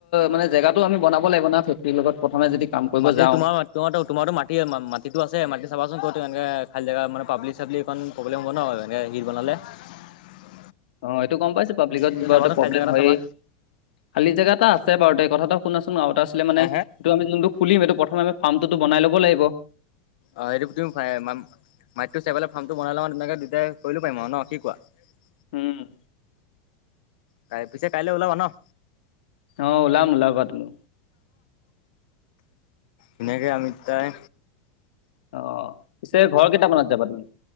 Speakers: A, on the left; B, on the left.
A: মানে জেগাটো আমি <unintelligible> বনাব লাগিব না <unintelligible> লগত প্ৰথমে যদি কাম কৰিব
B: মাটি
A: যাওঁ
B: তোমাৰ তোমাৰো-তোমাৰো মাটি মাটিতটো আছে মাটি চাবা চোন ক'ত <unintelligible> এনেকে খাল জেগা মানে পাব্লিক-চাবলিক প্ৰব্লেম হ'ব ন এনেক হিৰ বনালে <unintelligible>
A: অ এইটো গম পাইছো পাব্লিকত
B: তুমি
A: বাৰু
B: চাবাচোন
A: প্ৰব্লেম
B: খালি জেগা এটা
A: হয়
B: চাবা।
A: খালী জেগা এটা আছে বাৰু দে কথাটো <unintelligible> <unintelligible> আছিলে মানে
B: অ
A: সেইটো আমি যোনটো খুলিম এইটো প্ৰথমটো আমি ফাৰ্মটো বনাই ল'ব লাগিব <unintelligible>
B: অ হেৰি তুমি ম <unintelligible> মাটিটো চাই পেলাই ফাৰ্মটো বনাই লওঁ তেনেকে দুইটাই কৰিলো পাৰিম আৰু নে কি কোৱা <unintelligible>
A: হুম <unintelligible>
B: তাই পিছে কাইলৈ ওলাবা ন <unintelligible>
A: অ ওলাম ওলাবা তুমি <unintelligible>
B: এনেকে আমি তাই
A: অ পিছে ঘৰৰ কেইটামানত যাবা তুমি